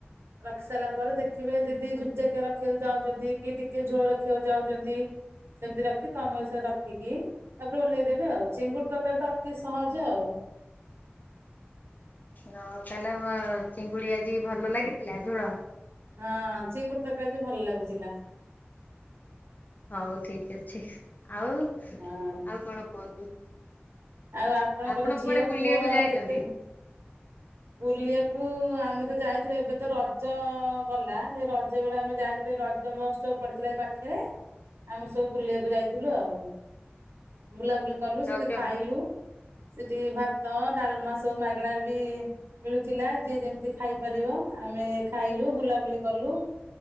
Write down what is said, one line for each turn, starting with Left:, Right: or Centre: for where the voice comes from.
Right: ରଖି ସାରିଲା ପରେ ଦେଖିବେ ଯଦି ଝୁକ୍ ଜାକ ରଖିବାକୁ ଚାହୁଁଛନ୍ତି କି ଟିକେ ଝୋଳ ରଖିବାକୁ ଚାହୁଁଛନ୍ତି। ସେମିତି ରଖି ତମ ବି ସେ ରଖିକି ତାପରେ ଓହ୍ଲେଇ ଦେବେ ଆଉ ଚିଙ୍ଗୁଡି ତରକାରୀ ଅତି ସହଜ ଆଉ।
Left: ହଁ ତାହେଲେ ଚିଙ୍ଗୁଡି ଆଜି ଭଲ ଲାଗିଥିଲା ଝୋଳ।
Right: ହଁ ଚିଙ୍ଗୁଡ଼ି ତରକାରୀ ଆଜି ଭଲ ଲାଗୁଥିଲା।
Left: ହଉ ଠିକ ଅଛି। ଆଉ ଆଉ
Right: ହଁ
Left: କଣ କୁହନ୍ତୁ।
Right: ଆଉ ଆପଣଙ୍କର
Left: ଆପଣ
Right: ଝିଅ
Left: କୁଆଡେ ବୁଲିବାକୁ
Right: ପୁଅ
Left: ଯାଇଛନ୍ତି
Right: କେତେ? ବୁଲିବାକୁ ଆମେ ତ ଯାଇଥିଲେ ଏବେ ତ ରଜ ଗଲା, ଏ ରଜ ବେଳେ ଆମେ ଯାଇଥିଲୁ। ରଜ ତମ ଉତ୍ସବ ପଡିଥିଲା ଏ ପାଖରେ ଆମେ ସବୁ ବୁଲିବାକୁ ଯାଇଥିଲୁ ଆଉ। ବୁଲାବୁଲି କଲୁ ସେଠି
Left: ରଜ
Right: ଖାଇଲୁ,
Left: ହୁଁ
Right: ସେଠି ଭାତ, ଡାଲମା ସବୁ ମାଗଣାରେ ବି ମିଳୁଥିଲା, ଯିଏ ଯେମିତି ଖାଇ ପାରିବ ଆମେ ଖାଇଲୁ ବୁଲାବୁଲି କଲୁ।